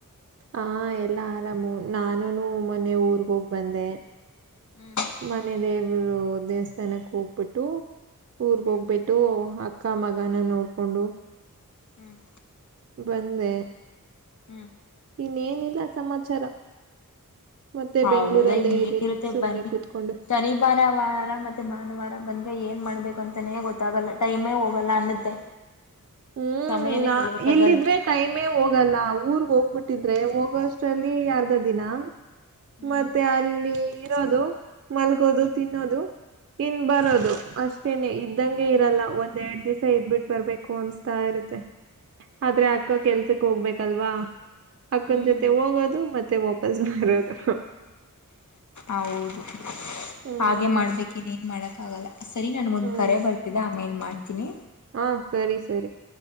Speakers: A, on the right (about 45°); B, on the left (about 60°).
A: ಹಾ ಎಲ್ಲಾ ಆರಾಮು ನಾನುನು ಮೊನ್ನೆ ಊರ್ಗ ಹೋಗ್ ಬಂದೆ.
B: ಹ್ಮ್
A: ಮನೆದೇವ್ ರು ದೇವಸ್ಥಾನಕ್ಕೆ ಹೋಗಬಿಟ್ಟು ಊರ್ಗ್
B: ಹ್ಮ್
A: ಹೋಗ್ಬಿಟ್ಟು ಹ ಕ್ಕ ಮಗನ ನೋಡ್ಕೊಂಡು
B: ಹ್ಮ್.
A: ಬಂದೆ.
B: ಹ್ಮ್
A: ಇನ್ನೇನಿಲ್ಲ. ಸಮಾಚಾರ. ಮತ್ತೆ
B: ಹೌದಾ
A: ಬೆಂಗ್ಳೂರಲ್ಲೇ
B: ಇನ್ನೇನಿರುತ್ತೆ
A: ಇದ್ದೀನಿ ಸುಮ್ನೆ
B: ಬನ್ನಿ
A: ಕೂತ್ಕೊಂಡು
B: ಶನಿ ಭಾನುವಾರ ಮತ್ತೆ ಭಾನುವಾರ ಬನ್ ಏನ್ ಮಾಡ್ಬೇಕು ಅಂತಾನೇ ಗೊತ್ತಾಗಲ್ಲ ಟೈಮೇ ಹೋಗ್ ಲ್ಲ ಅನ್ನತ್ತೆ.
A: ಹ್ಮ್
B: ಸಮಯನೇ
A: ನಾ
B: ಕಳಿಯಕ್ಕಾಗಲ್ಲ
A: ಇಲ್ಲಿದ್ರೆ ಕೈಮೆ ಹೋಗಲ್ಲ ಊರ್ಗ್ ಹೋಗ್ಬಿಟ್ಟಿದ್ರೆ ಹೋಗ ಸ್ಟ್ ಅಲ್ಲಿ ಅರ್ದ ದಿನ
B: ಹ್ಮ್
A: ಮತ್ತೆ ಅಲ್ಲಿ ಇರೋದು. ಮಲ್ಗೋದು
B: ಹ್ಮ್
A: ತಿನ್ನೋದು. ಇನ್ ಬರೋದು ಅಷ್ಟೇನೆ ಇದ್ದಂಗೆ ಇರಲ್ಲ ಒಂದ್ ಎರಡ್ ದಿವಸ ಇದ್ಬಿಟ್ಟ ಬರ್ಬೇಕು ಅನ್ಸ್ ತಾ ಇರತ್ತೆ. ಆದ್ರೆ
B: ಹೌದು
A: ಆಕ್ಕ ಕೆಲ್ಸಕ್ ಹೋಗ್ಬೇಕ್ ಅಲ್ವಾ ಅಕ್ಕನ್
B: ಹ್ಮ್
A: ಜೊತೆ ಹೋಗೋದು ಮತ್ತೆ ವಾಪಸ್ ಬರೋದು.
B: ಹೌದು
A: ಹ್ಮ್
B: ಹಾಗೆ ಮಾಡ್ಬೇಕ ಇನ್ನೇನ್ ಮಾಡಕ್ ಆಗಲ್ಲ. ಸರಿ ನನ್ಗ್ ಒಂದ್
A: ಹ್ಮ್
B: ಕರೆ ಬರ್ತಿದ್ದ ಆಮೇಲ್ ಮಾಡ್ ಮಾಡ್ತಿನಿ
A: ಹಾ ಸರಿ ಸರಿ.